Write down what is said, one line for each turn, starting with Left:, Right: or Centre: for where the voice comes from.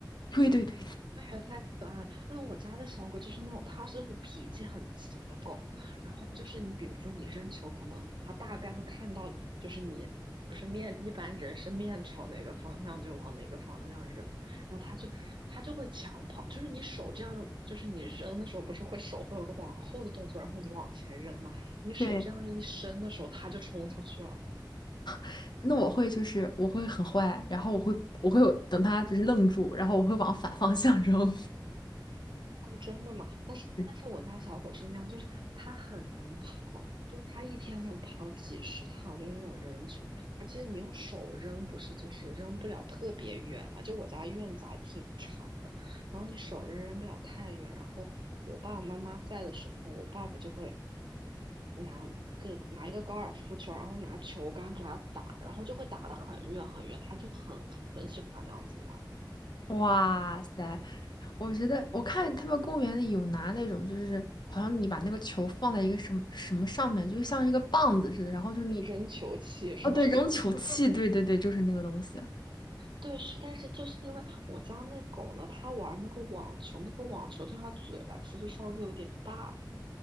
Left: 对对对
Right: 那个太可爱了。那我家的小狗就是那种，它是那种脾气很急的狗。然后就是你，比如说你扔球，可能它大概会看到，就是你不是面，一般人是面朝哪个方向就往哪个方向扔，然后它就它就会抢跑。就是你手这样，就是你扔的时候不是会手会有个往后的动作，然后你往前扔嘛，你手这样一伸的时候，
Left: 对，
Right: 它就冲出去了。
Left: <laughs> 那我会就是我会很坏，然后我会我会有等他就是愣住，然后我会往反方向扔。
Right: 哦，真的吗？但是但是我家小狗是那样，
Left: <laughs>
Right: 就是它很能跑，就是它一天能跑几十趟，就是那种扔球，而且你用手扔，不是就是扔不了特别远嘛？就我家院子还挺长的，然后你手扔扔不了太远，然后我爸爸妈妈在的时候，我爸爸就会拿个拿一个高尔夫球，然后拿球杆给它打，然后就会打得很远很远，它就很很喜欢那样子玩，
Left: 哇塞，我觉得我看他们公园里有拿那种，就是好像你把那个球放在一个什么什么上面，就像一个棒子似的，然后就是你，
Right: 扔球器是吧？
Left: 哦对，扔球器，对对对，就是那个东西。
Right: 对，是，但是就是因为我家那狗呢，它玩那个网球，那个网球对它嘴来说就稍微有点大，